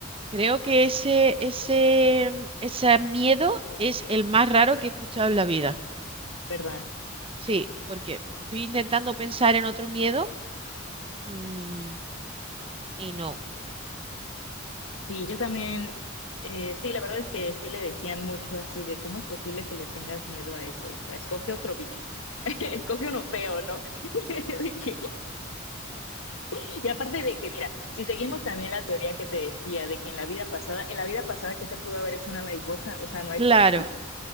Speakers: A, on the right; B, on the left.
A: creo que ese, ese, mm, ese miedo es el más raro que he escuchado en la vida.
B: ¿verdad?
A: Sí, porque estoy intentando pensar en otro miedo, mm, y no.
B: Sí, yo también, eh, sí, la verdad es que sí le decían mucho así de cómo es posible que le tengas miedo a eso, o sea, escoge otro bicho, <laughs> escoge uno feo, ¿no? <laughs> De que- <laughs> Y aparte de que, mira, si seguimos también la teoría que te decía de que en la vida pasada, en la vida pasada, ¿qué te pudo haber hecho una mariposa? O sea, no hay
A: Claro.
B: forma.